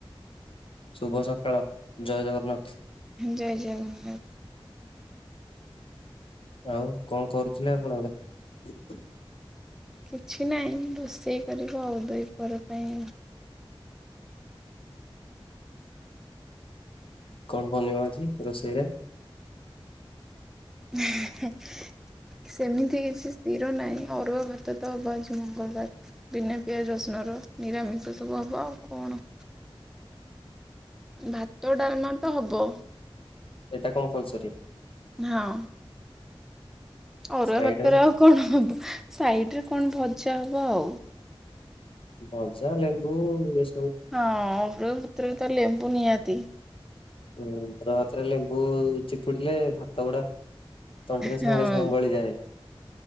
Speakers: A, on the left; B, in the centre.
A: ଶୁଭ ସକାଳ ଜୟ ଜଗନ୍ନାଥ।
B: ଜୟ ଜଗନ୍ନାଥ।
A: ଆଉ କଣ କରୁଥିଲେ ଆପଣ <unintelligible>
B: କିଛି ନାହିଁ ରୋଷେଇ କରିବ ଆଉ ଦହି ପର ପାଇଁ ଆଉ।
A: କଣ ବନେଇବ ଆଜି ରୋଷେଇରେ।
B: ହ ସେମିତି କିଛି ସ୍ଥିର ନାହିଁ ଅରୁଆ ଭାତ ତ ହବ ଆଜି ମଙ୍ଗଳବାର। ବିନା ପିଆଜ ରସୁଣର ନିରାମିଷ ସବୁ ହେବ ଆଉ କଣ? ଭାତ ଡାଲମା ତ ହବ।
A: ଏଇଟା କମ୍ପଲସରୀ।
B: ହଁ। ଅରୁଆ
A: ସାଇଡ
B: ଭାତରେ
A: ରେ
B: ଆଉ କଣ ହବ ସାଇଡ ରେ କଣ ଭଜା ହବ ଆଉ।
A: ଭଜା, ଲେମ୍ବୁ ଏ
B: ହଁ <unintelligible> ତ ଲେମ୍ବୁ ନିହାତି।
A: ହୁଁ ଅରୁଆ ଭାତରେ ଲେମ୍ବୁ ଚିପୁଡିଲେ ଭାତ ଗୁଡା ତଣ୍ଟିରେ
B: ହଁ
A: ସାଙ୍ଗେ ସାଙ୍ଗେ ଗଳିଯାଏ।